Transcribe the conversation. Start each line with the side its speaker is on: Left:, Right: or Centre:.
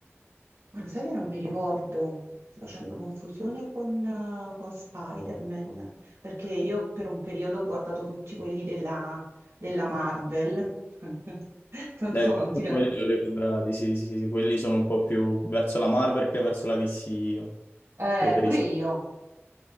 Right: Ma lo sai che non mi ricordo? Sto facendo confusione con, eh, con Spider-Man, perché io per un periodo ho guardato tutti quelli della, della Marvel. <laughs> Non
Left: Dai,
Right: so,
Left: di
Right: non
Left: alcuni
Right: ti piace.
Left: quelli li ho recuperati, sì, sì, sì, quelli sono un po' più verso la Marvel che verso la DC io.
Right: Eh,
Left: Preferisco.
Right: pure io.